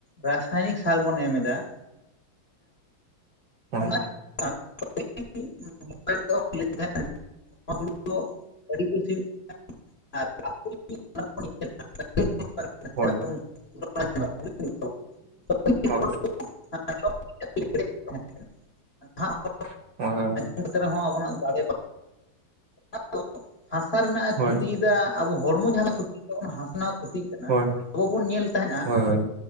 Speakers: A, on the left (about 45°); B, on the right (about 60°).
A: ᱨᱟᱥᱟᱭᱱᱤᱠ ᱥᱟᱨ ᱵᱚ ᱮᱢ ᱮᱫᱟ
B: ᱦᱳᱭ
A: ᱚᱱᱟ
B: ᱾
A: <unintelligible> <unintelligible> <unintelligible>
B: ᱦᱳᱭ
A: <unintelligible>
B: ᱦᱳᱭ <unintelligible>
A: ᱮᱱᱛᱮ ᱨᱮᱦᱚᱸ ᱟᱵᱚᱱᱟᱜ ᱫᱟᱲᱮ <unintelligible> ᱦᱟᱥᱟ ᱨᱮᱱᱟᱜ ᱮ
B: ᱦᱳᱭ
A: ᱠᱟᱷᱩᱛᱤᱭᱫᱟ ᱟᱵᱚ ᱦᱚᱲᱢᱚ ᱡᱟᱦᱟᱸ ᱞᱮᱠᱟ ᱠᱷᱩᱛᱤᱜ ᱛᱟᱵᱚᱱᱟ ᱦᱟᱥᱱᱟ ᱠᱷᱩᱛᱤᱜ ᱠᱟᱱᱟ
B: ᱦᱳᱭ
A: ᱟᱵᱚ ᱵᱚᱱ ᱧᱮᱞ ᱛᱟᱦᱮᱸᱱᱟ
B: ᱦᱳᱭ